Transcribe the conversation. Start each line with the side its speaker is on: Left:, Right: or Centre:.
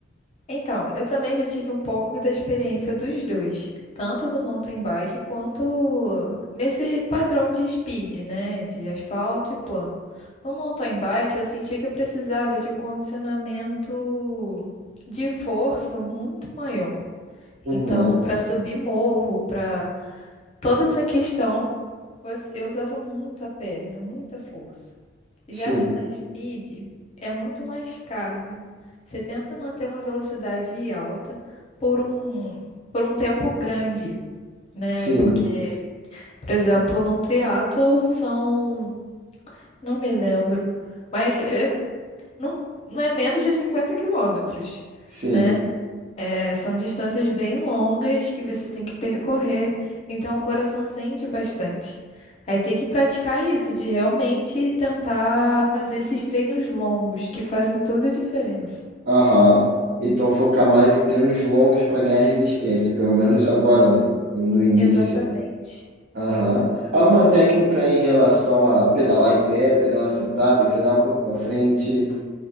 Left: Então, eu também já tive um pouco da experiência dos dois, tanto do mountain bike quanto nesse padrão de speed, né, de asfalto e plano. No mountain bike, eu senti que eu precisava de um condicionamento de força muito maior.
Right: Uhum.
Left: Então, para subir morro, para toda essa questão. Você- Eu usava muito a perna, muita força. Já
Right: Sim,
Left: na speed, é muito mais cardio. Você tenta manter uma velocidade alta por um, por um tempo grande, né?
Right: sim,
Left: Porque, por exemplo, num triatlo são, não me lembro, mas é- não, não é menos de 50 quilômetros,
Right: sim.
Left: né? É, são distâncias bem longas que você tem que percorrer, então o coração sente bastante. Aí tem que praticar isso, de realmente tentar fazer esses treinos longos, que fazem toda a diferença.
Right: Aham. Então focar mais em treinos longos para ganhar resistência, pelo menos agora, né? No, no início.
Left: Exatamente.
Right: Aham. Alguma técnica em relação a pedalar em pé, pedalar sentado, inclinar o corpo para frente?